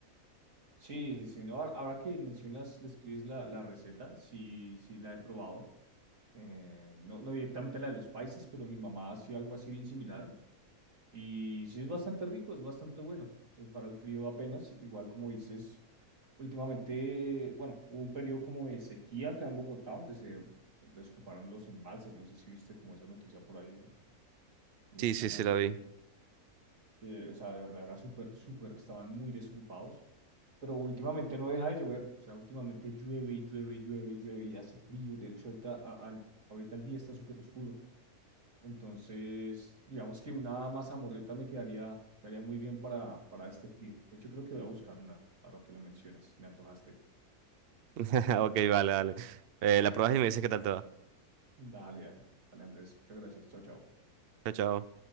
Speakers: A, on the right; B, on the right.
A: sí, sí, sí. No, ahora ahora que mencionas, describes la, la receta, sí, sí, la he probado. eh, no, no directamente la de los paisas, pero mi mamá hacía algo así bien similar. Y sí es bastante rico, es bastante bueno. eh, para el frío apenas, igual como dices, últimamente, eh, bueno, hubo un periodo como de sequía acá en Bogotá, donde se desocuparon los embalses. No sé si viste como esa noticia por ahí en, en
B: Sí,
A: los canales
B: sí, sí, la
A: de
B: vi.
A: noticias. eh, o sea, de verdad era súper, súper, estaban muy desocupados. Pero últimamente no deja de llover, o sea, últimamente llueve y llueve y llueve y llueve y hace frío. De hecho, ahorita, a- al- ahorita el día está súper oscuro. Entonces, digamos que una mazamorreta me quedaría, quedaría muy bien para, para este frío. De hecho, creo que voy a buscar una, ahora que lo mencionas. Me antojaste.
B: <laughs> Ok, vale, vale. Eh, la pruebas y me dices qué tal te va.
A: Dale, dale. Dale, Andrés. Muchas gracias. Chao, chao.
B: Chao, chao.